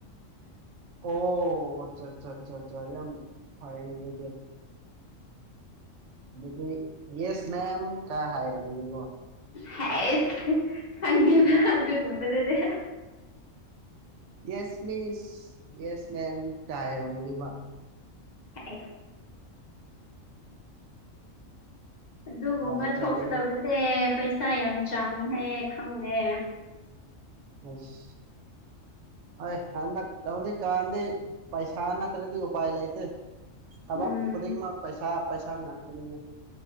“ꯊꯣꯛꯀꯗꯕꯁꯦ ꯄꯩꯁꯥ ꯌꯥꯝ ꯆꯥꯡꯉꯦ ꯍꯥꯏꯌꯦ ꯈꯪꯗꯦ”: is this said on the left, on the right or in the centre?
Left